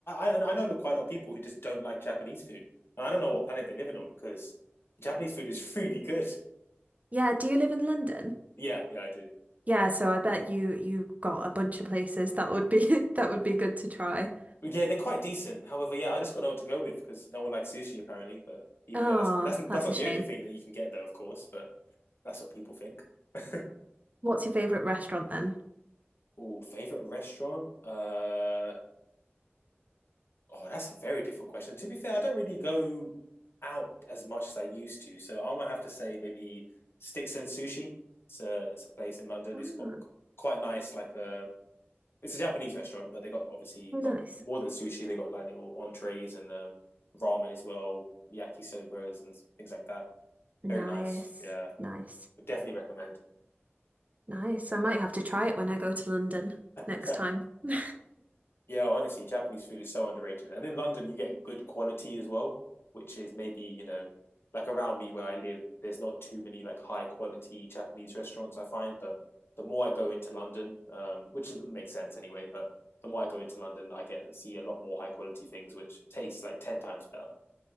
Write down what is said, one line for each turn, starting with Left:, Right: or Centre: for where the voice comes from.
Left: I and I know quite a lot of people who just don't like Japanese food, and I don't know what planet they're living on because Japanese food is <laughs> really good.
Right: Yeah, do you live in London?
Left: Yeah, yeah, I do.
Right: Yeah, so I bet you you got a bunch of places that would be <laughs> that would be good to try.
Left: Yeah, they're quite decent. However, yeah, I just got no one to go with because no one likes sushi apparently. But even
Right: Oh,
Left: though that's that's
Right: that's
Left: that's not
Right: a
Left: the
Right: shame.
Left: only thing that you can get there, of course. But that's what people think. <laughs>
Right: What's your favorite restaurant then?
Left: Oh, favorite restaurant? Uh, Oh, that's a very difficult question. To be fair, I don't really go out as much as I used to, so I might have to say maybe Sticks and Sushi. It's a it's a place in London.
Right: Oh,
Left: It's got quite nice, like a it's a Japanese restaurant, but they got obviously
Right: nice.
Left: not more than sushi. They got like little entrees and um, ramen as well, yakisobas and things like that.
Right: Nice.
Left: Very nice. Yeah,
Right: Nice.
Left: definitely recommend.
Right: Nice. I might have to try it when I go to London next
Left: <laughs>
Right: time. <laughs>
Left: Yeah, honestly, Japanese food is so underrated. And in London, you get good quality as well, which is maybe, you know, like around me where I live, there's not too many like high quality Japanese restaurants I find. But the more I go into London, um, which is- makes sense anyway, but the more I go into London, I get see a lot more high quality things which taste like 10 times better.